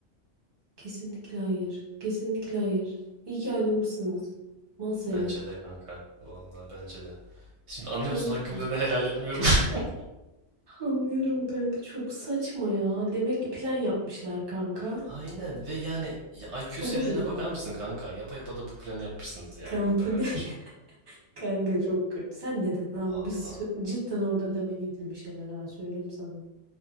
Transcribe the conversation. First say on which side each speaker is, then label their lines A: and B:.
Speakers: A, on the right; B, on the right.
A: Kesinlikle hayır. Kesinlikle hayır. İyi ki ayrılmışsınız. Mal seni.
B: Bence de kanka. Vallahi bence de. Şimdi anlıyor
A: <laughs> Kanka.
B: musun hakkımda ne helal etmiyorum. <laughs>
A: Anlıyorum kanka çok saçma ya. Demek ki plan yapmışlar kanka.
B: Aynen ve yani ya IQ
A: Çok
B: seviyelerine
A: ucuz
B: bakar
A: lan.
B: mısın kanka? Yapa yapa da bu planı yapmışsınız ya.
A: Kampı
B: Yuh be kardeşim.
A: ne? <laughs> Kanka çok kötü. Sen ne dedin abi?
B: Valla,
A: Biz cidden orada demeliydin bir şeyler ha söyleyeyim sana.